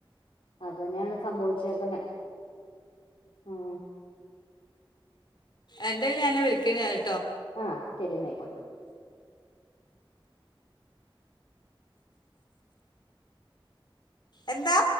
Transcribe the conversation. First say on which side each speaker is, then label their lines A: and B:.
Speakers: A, on the left; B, on the left.
A: അതന്നെയാണ് സംഭവിച്ചേക്കുന്ന. ആ
B: എന്റെ ഞാനെ വിളിക്ക്ണ് ഞാന്
A: ആ ശരിന്നായിക്കോട്ടെ.
B: എന്താ